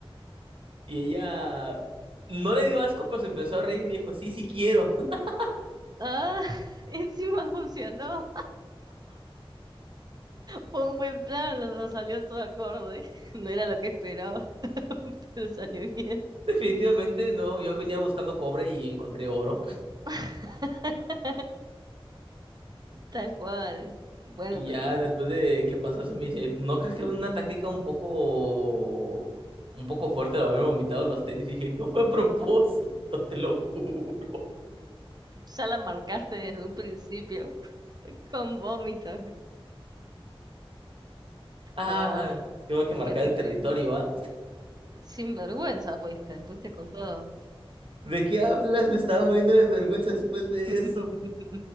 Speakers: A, on the right (about 60°); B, on the right (about 45°).
A: Y ella no le dio asco, pero se empezó a reír y me dijo, sí, sí quiero. <laughs>
B: Ah, <laughs> encima funcionó. Fue un buen plan, o sea, salió todo acorde. <laughs> No era lo que esperaba, <laughs> pero salió bien.
A: Definitivamente no, yo venía buscando cobre y encontré oro.
B: <laughs> Tal cual. Bueno,
A: Y
B: pero
A: ya después de que pasó eso, me dice, ¿no crees que era una táctica un poco, un poco fuerte el haber vomitado los tenis? Y dije, no fue a propósito, te lo juro.
B: Ya la marcaste desde un principio con vómito.
A: Ah,
B: No,
A: tengo que marcar
B: qué terrible.
A: el territorio, ¿ah?
B: Sin vergüenza fuiste, fuiste con todo.
A: ¿De qué hablas? Me estaba muriendo de vergüenza después de
B: <laughs>
A: eso.